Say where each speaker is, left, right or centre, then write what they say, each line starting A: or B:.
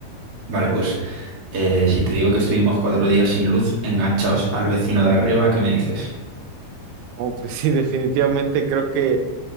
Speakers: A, on the right (about 40°); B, on the right (about 85°).
A: Vale, pues eh, si te digo que estuvimos cuatro días sin luz, enganchaos al vecino de arriba, ¿qué me dices?
B: No, pues sí, definitivamente creo que